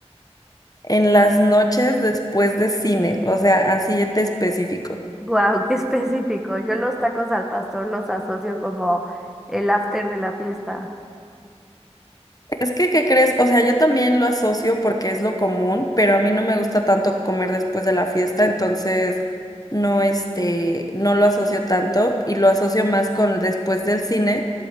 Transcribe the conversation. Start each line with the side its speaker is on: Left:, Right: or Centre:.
Left: En las noches después de cine, o sea, así de específico.
Centre: Wow, qué específico. Yo los tacos al pastor los asocio como el after de la fiesta.
Left: Es que, ¿qué crees? O sea, yo también lo asocio porque es lo común, pero a mí no me gusta tanto comer después de la fiesta, entonces no, este, no lo asocio tanto y lo asocio más con el después del cine,